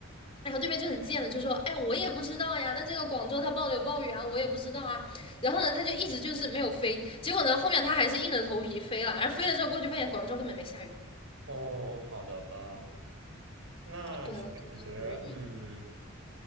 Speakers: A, on the left; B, on the right.
A: 然后对面就很贱的就说：“哎，我也不知道呀，那这个广州它报的有暴雨啊，我也不知道啊。”然后呢，他就一直就是没有飞，结果呢，后面他还是硬着头皮飞了，然后飞了之后过去发现广州根本没下雨。
B: 哦，好的吧。那确实，
A: 对啊，真的无语。
B: 嗯。